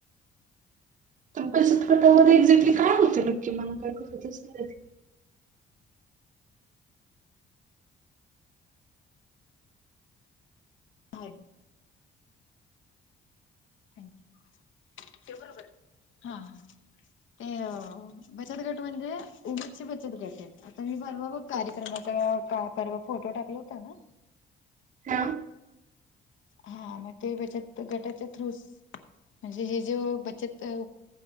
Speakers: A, on the right (about 40°); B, on the left (about 75°).
A: बचतगटामध्ये एक्झॅक्टली काय होते नक्की मला काय कळतच नाही.
B: अ <unintelligible> थँक्यू. हा ते. बचत गट म्हणजे उमेदची बचत गट आहे. आता मी परवा बघ कार्यक्रमाचावा फोटो टाकला होता ना.
A: हा.
B: हा मग ते बचत गटाच्या थ्रू म्हणजे हे जे बचत